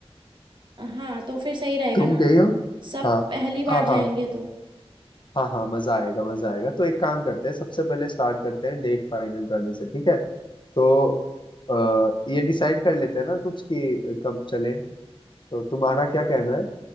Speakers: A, on the right; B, on the left.
A: हाँ तो फिर सही रहेगा
B: तुम
A: ना
B: गई हो
A: सब
B: हाँ
A: पहली बार
B: हाँ हाँ
A: जाएंगे तो
B: हाँ हाँ मजा आएगा मजा आएगा तो एक काम करते हैं सबसे पहले स्टार्ट करते हैं डेट फाइनल करने से ठीक है तो आ, ये डिसाइड कर लेते हैं ना कुछ कि कब चले तो तुम्हारा क्या कहना है